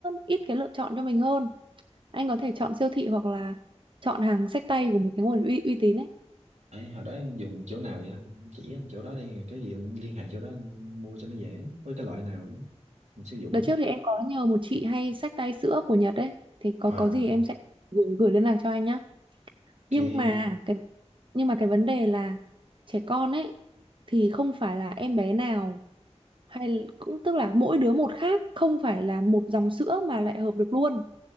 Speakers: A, on the right; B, on the right.
A: ít cái lựa chọn cho mình hơn. Anh có thể chọn siêu thị hoặc là chọn hàng xách tay của một cái nguồn uy, uy tín ấy.
B: ấy hồi đó em dùng chỗ nào vậy Em chỉ anh chỗ đó đi cái gì em liên hệ chỗ đó anh mua cho nó dễ với cái loại nào đó mình sử dụng
A: Đợt
B: đó
A: trước thì em có nhờ một chị hay xách tay sữa của Nhật ấy, thì có
B: à
A: có gì em sẽ gửi, gửi liên lạc cho anh nhá.
B: ok
A: Nhưng mà cái nhưng mà cái vấn đề là trẻ con ấy thì không phải là em bé nào hay l- cũng tức là mỗi đứa một khác, không phải là một dòng sữa mà lại hợp được luôn.